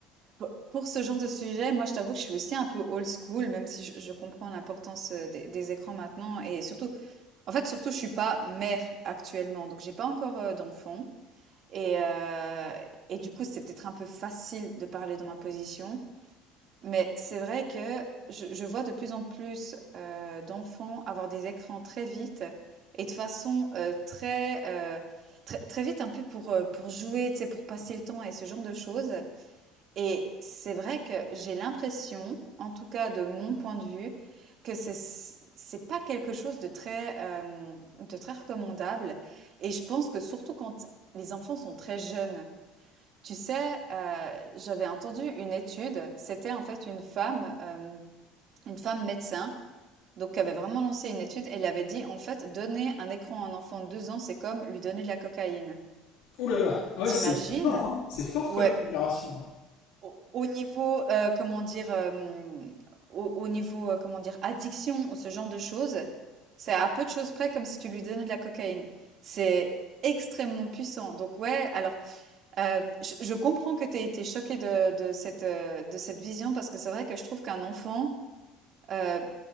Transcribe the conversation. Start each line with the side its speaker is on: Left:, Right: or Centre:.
Right: pour pour ce genre de sujet, moi je t'avoue que je suis aussi un peu old school, même si je, je comprends l'importance euh, des, des écrans maintenant et surtout, en fait surtout je suis pas mère actuellement, donc j'ai pas encore euh, d'enfant et euh, et du coup c'est peut-être un peu facile de parler dans ma position, mais c'est vrai que je, je vois de plus en plus euh, d'enfants avoir des écrans très vite et de façon euh, très euh, Très, très vite, un peu pour, euh, pour jouer, tu sais, pour passer le temps et ce genre de choses. Et c'est vrai que j'ai l'impression, en tout cas de mon point de vue, que c'est c'est pas quelque chose de très, hem, de très recommandable et je pense que surtout quand les enfants sont très jeunes. Tu sais, heu, j'avais entendu une étude, c'était en fait une femme, hem, une femme médecin, donc qui avait vraiment lancé une étude. Elle avait dit, en fait: «Donner un écran à un enfant de 2 ans, c'est comme lui donner de la cocaïne».
Left: Oh là là. Ah ouais,
Right: T'imagines
Left: c'est c'est fort, hein. C'est fort
Right: Ouais.
Left: comme déclaration, hein.
Right: Au au niveau, heu, comment dire, hem, au au niveau, heu, comment dire, addiction, ce genre de choses, c'est à peu de choses près comme si tu lui donnais de la cocaïne. C'est extrêmement puissant. Donc ouais, alors, heu, je je comprends que tu aies été choquée de de cette, heu, de cette vision parce que c'est vrai que je trouve qu'un enfant, heu